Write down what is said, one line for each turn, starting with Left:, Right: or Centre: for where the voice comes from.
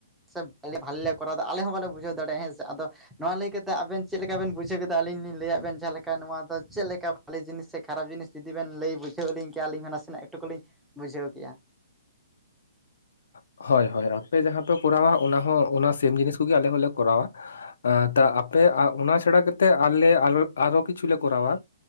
Centre: ᱥᱮ ᱵᱷᱟᱞᱮ ᱵᱷᱟᱞᱮ ᱞᱮ ᱠᱚᱨᱟᱣ ᱫᱟ ᱟᱞᱮ ᱦᱚᱸ ᱵᱟᱞᱮ ᱵᱩᱡᱷᱟᱹᱣ ᱫᱟᱲᱮᱭᱟᱜᱼᱟ ᱦᱮᱸ ᱥᱮ ᱟᱫᱚ ᱱᱚᱣᱟ ᱞᱟᱹᱭ ᱠᱟᱛᱮ ᱟᱵᱮᱱ ᱪᱮᱫ ᱞᱮᱠᱟ ᱵᱮᱱ ᱵᱩᱡᱷᱟᱹᱣ ᱠᱮᱫᱟ? ᱟᱹᱞᱤᱧ ᱞᱤᱧ ᱞᱟᱹᱭᱟᱫ ᱵᱮᱱ ᱡᱟᱦᱟᱸ ᱞᱮᱠᱟ ᱱᱚᱣᱟ ᱫᱚ ᱪᱮᱫ ᱞᱮᱠᱟ ᱵᱷᱟᱹᱞᱮ ᱡᱤᱱᱤᱥ ᱥᱮ ᱠᱷᱟᱨᱟᱯ ᱡᱤᱱᱤᱥ? ᱡᱩᱫᱤ ᱵᱮᱱ ᱞᱟᱹᱭ ᱵᱩᱡᱷᱟᱹᱣ ᱞᱤᱧ ᱠᱮᱭᱟ, ᱟᱹᱞᱤᱧ ᱦᱚᱸ ᱱᱟᱥᱮᱱᱟᱜ ᱮᱠᱴᱩᱠᱩ ᱞᱤᱧ ᱵᱩᱡᱷᱟᱣ ᱠᱮᱭᱟ᱾
Left: ᱦᱚᱭ ᱦᱚᱭ ᱟᱯᱮ ᱡᱟᱸᱦᱟᱸ ᱯᱮ ᱠᱚᱨᱟᱣᱟ, ᱚᱱᱟ ᱦᱚᱸ ᱚᱱᱟ ᱥᱮᱢ ᱡᱤᱱᱤᱥ ᱠᱚᱜᱮ ᱟᱞᱮ ᱦᱚᱸᱞᱮ ᱠᱚᱨᱟᱣᱟ᱾ ᱛᱟ ᱟᱯᱮ ᱚᱱᱟ ᱪᱷᱟᱲᱟ ᱠᱟᱛᱮᱜ ᱟᱞᱮ ᱟᱨᱚ ᱟᱨᱚ ᱠᱤᱪᱷᱩᱞᱮ ᱠᱚᱨᱟᱣᱟ